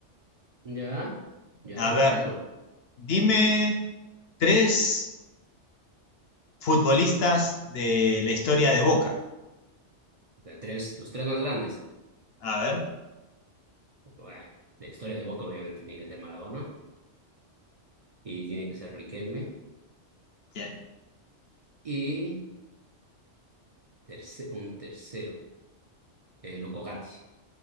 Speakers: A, on the right; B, on the left.
A: Ya, ya,
B: A ver,
A: claro,
B: dime tres futbolistas de la historia de Boca.
A: o sea, tres, los tres más grandes.
B: A ver,
A: Bueno, la historia de Boca obviamente tiene que ser Maradona y tiene que ser Riquelme
B: bien.
A: y terce- un tercero, eh, Loco Gatti.